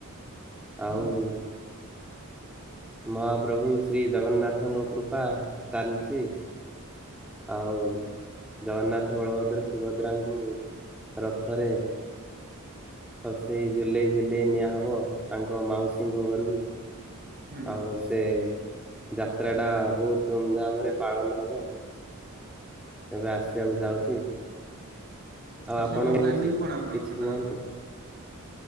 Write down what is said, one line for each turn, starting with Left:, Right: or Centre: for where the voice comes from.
Centre: ଆଉ
Right: ହୁଁ
Centre: ମହାପ୍ରଭୁ ଶ୍ରୀ ଜଗନ୍ନାଥଙ୍କ କୃପା ଚାଲିଚି। ଆଉ ଜଗନ୍ନାଥ ହଳଭଦ୍ର ସୁଭଦ୍ରାଙ୍କୁ ରଥରେ ହସେଇ ଝୁଲେଇ ଝୁଲେଇ ନିଆହବ ତାଙ୍କ ମାଉସୀଙ୍କ ଘରକୁ।
Right: ହୁଁ
Centre: ଆଉ ସେ ଯାତ୍ରାଟା ବହୁତ ଧୁମଧାମରେ - ପାଳନ ହେବ। ଏବେ ଆସିବାକୁ ଯାଉଛି। ଆଉ
Right: କିଛିର
Centre: ଆପଣ
Right: କଣ
Centre: କହୁଛି
Right: ପ୍ଲାନିଂ କଣ ଆପଣ
Centre: କିଛି
Right: ଅର୍ଥାତ।
Centre: କୁହନ୍ତୁ।